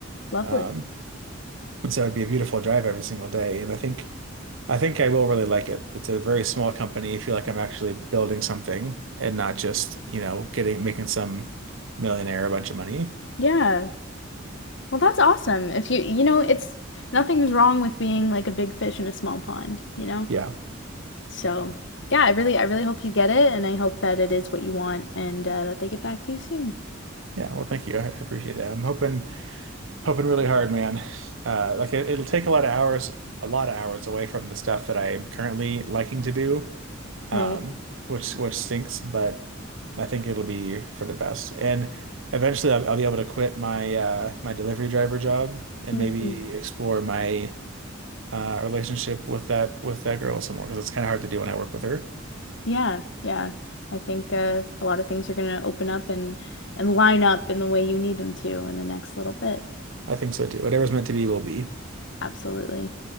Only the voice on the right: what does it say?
Um, and so it'd be a beautiful drive every single day, and I think. I think I will really like it. It's a very small company. I feel like I'm actually building something and not just, you know, getting making some millionaire a bunch of money.
Yeah.
Yeah. Well, thank you. I appreciate it. I'm hoping hoping really hard, man. Uh, like it, it'll take a lot of hours, a lot of hours away from the stuff that I am currently liking to do. um,
which which stinks, but I think it'll be for the best. And eventually, I'll, I'll be able to quit my uh, my delivery driver job and
maybe explore my uh, relationship with that with that girl some more because it's kind of hard to do when I work with her.
I think so too. Whatever's meant to be will be.